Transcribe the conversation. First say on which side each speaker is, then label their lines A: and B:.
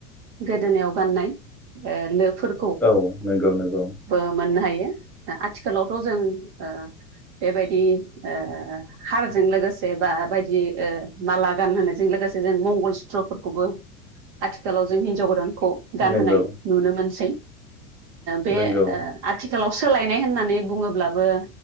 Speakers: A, on the right; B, in the centre.
A: गोदोनायाव गाननाय ओ लोफोर
B: औ नंगौ नंगौ।
A: बो मोननो हायो आथिखालावथ' जों ओ बेबायदि ओ। हारजों लोगोसे बा बायदि ओ माला गान होनायजों लोगोसे जों मंगल सत्रफोरखौबो। आथिखालाव जों हिन्जाव गोदानखौ गानहोनाय
B: नंगौ
A: नुनो मोनसै बे।
B: नंगौ
A: आथिखालाव सोलायनाय होननानै बुङोब्लाबो।